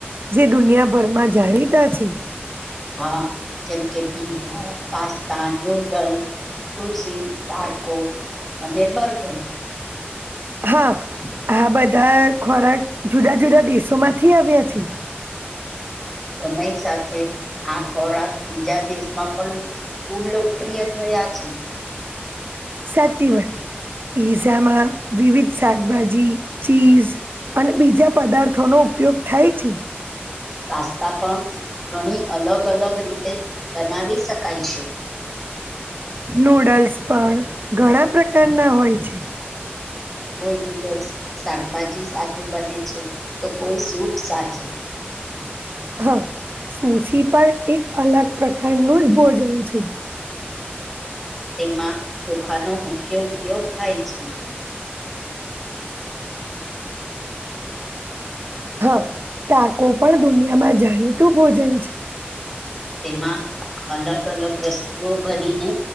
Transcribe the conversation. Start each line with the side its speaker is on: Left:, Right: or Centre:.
Right: જે દુનિયાભરમાં જાણીતા છે
Centre: હા જેમ કે પીઝા પાસ્તા નૂડલ્ તસી ટારકો અને બર્ગર
Right: હા હા બધા ખોરાક જુદા જુદા દેશો માંથી આવ્યા છે
Centre: સમય સાથે આ ખોરાક બીજા દેશમાં પણ ખુબ લોકપ્રિય થાય છે
Right: સાચી વાત પીઝામાં વિવિધ શાકભાજી, ચીઝ અને બીજા પદાર્થોનો ઉપયોગ થાય છે.
Centre: પાસ્તા પણ ઘણી અલગ અલગ રીતે બનાવી શકાય છે.
Right: નૂડલ્સ પણ ઘણા પ્રકારના હોય છે.
Centre: કોઈ નૂડલ્સ શાકભાજી સાથે બને છે, તો કોઈ સૂપ સાથે
Right: હ હા સુસી પણ એક અલગ પ્રકારનું જ ભોજન છે.
Centre: તેમાં ચોખાનો મુખ્ય ઉપયોગ થાય છે.
Right: હા ટાકો પણ દુનિયામાં જાણીતું ભોજન છે
Centre: તેમાં અલગ અલગ વસ્તુઓ ભરીને